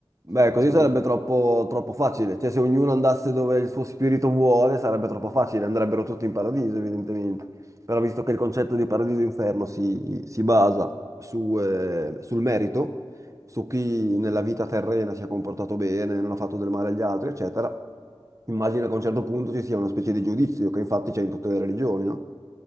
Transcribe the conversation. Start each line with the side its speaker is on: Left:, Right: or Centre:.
Right: Beh,
Left: non
Right: così
Left: c'è bisogno.
Right: sarebbe troppo, troppo facile. Cioè, se ognuno andasse dove il suo spirito vuole, sarebbe troppo facile. Andrebbero tutti in paradiso, evidentemente. Però visto che il concetto di paradiso e inferno si, si basa su, eh, sul merito, su chi nella vita terrena si è comportato bene, non ha fatto del male agli altri, eccetera, immagino che a un certo punto ci sia una specie di giudizio, che infatti c'è in tutte le religioni, no?